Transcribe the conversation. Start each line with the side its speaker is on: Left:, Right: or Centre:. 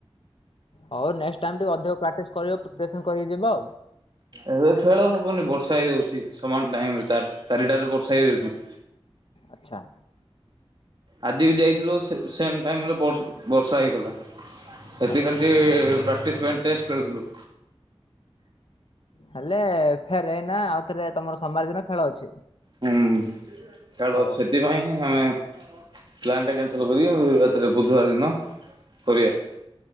Left: ହଉ ନେକ୍ସ୍ ଟାଇମ୍ ଟିକେ ଅଧିକ ପ୍ରାକ୍ଟିସ କରିଇବ ପ୍ରିପାରେସନ୍ କରିକି ଯିବ ଆଉ।
Right: ଏବେ ଖେଳ ହବନି ବର୍ଷା ହେଇଯାଉଛି, ସମାନ ଟାଇମରେ ଚାରିଟ ରେ ବର୍ଷା ହେଇଯାଉଛି।
Left: ଆଚ୍ଛା।
Right: ଆଜି ବି ଯାଇଥିଲୁ ସେମ୍ ଟାଇମ୍ ରେ ବର୍ଷା ବର୍ଷା ହେଇଗଲା <unintelligible> ପ୍ରାକ୍ଟିସ୍
Left: ଆଚ୍ଛା।
Right: ପାଇଁ ଟେଷ୍ଟ ଖେଳୁଥିଲୁ।
Left: ହେଲେ ଫେର ଏଇନା ଆଉ ଥରେ ତମର ସୋମବାର ଦିନ ଖେଳ ଅଛି।
Right: ହୁଁ ଖେଳ
Left: ହଉ
Right: ଅଛି, ସେଥିପାଇଁ ଆମେ ପ୍ଲାନ୍ ଟା କ୍ୟାନ୍ସେଲ୍ କରି ଆଉ ଥରେ ବୁଧବାର ଦିନ କରିବା।